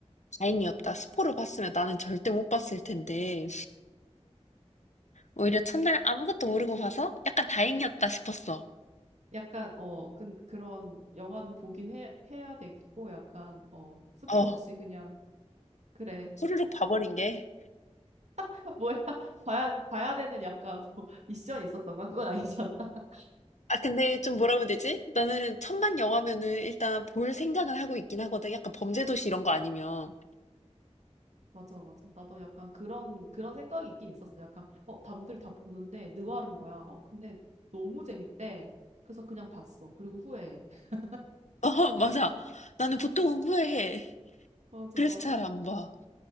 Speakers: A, on the left (about 80°); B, on the right (about 75°).
A: 다행이었다. 스포를 봤으면 나는 절대 못 봤을 텐데 오히려 첫날 아무것도 모르고 봐서 약간 다행이었다 싶었어.
B: 약간, 어, 그, 그런 영화는 보긴 해, 해야 되겠고, 약간, 어, 스포
A: 어,
B: 없이 그냥, 그래.
A: 후루룩
B: 그,
A: 봐버린 게.
B: <laughs> 뭐야. 봐야, 봐야 되는 약간, 뭐, <laughs> 미션이 있었던 거야? 그건 아니잖아. <laughs>
A: 아, 근데 좀 뭐라고 해야 되지? 나는 천만 영화면은 일단 볼 생각을 하고 있긴 하거든. 약간 범죄도시 이런 거 아니면.
B: 맞아, 맞아. 나도 약간 그런, 그런 생각이 있긴 있었어. 약간, 어, 남들 다 보는데, 느와르인 거야. 어, 근데 너무 재밌대. 그래서 그냥 봤어. 그리고 후회해. <laughs>
A: <laughs> 어, 맞아. 나는 보통은 후회해.
B: 맞아,
A: 그래서
B: 맞아.
A: 잘 안 봐.